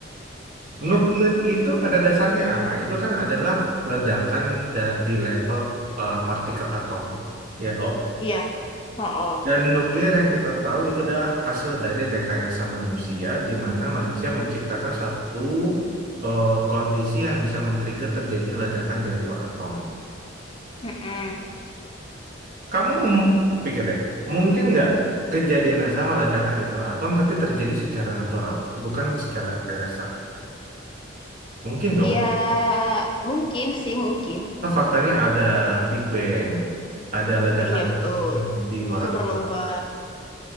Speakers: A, on the left (about 25°); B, on the right (about 45°).
A: Iya.
B: Nuklir itu
A: Lu
B: pada dasarnya apa? Itu kan adalah ledakan da- di level eh, partikel atom. Ya loh.
A: Iya, heeh.
B: Dan nuklir yang kita tahu itu adalah hasil dari rekayasa manusia, di mana manusia menciptakan satu eh, kondisi yang bisa men-trigger terjadinya ledakan di level atom.
A: Heeh.
B: Kamu m- pikir deh, mungkin nggak kejadian yang sama ledakan di level atom, tapi terjadi secara natural, bukan secara rekayasa? Mungkin dong.
A: Ya mungkin sih mungkin.
B: Karena Faktanya ada Big Bang, ada ledakan
A: Iya betul.
B: di luar
A: Supernova.
B: angkasa.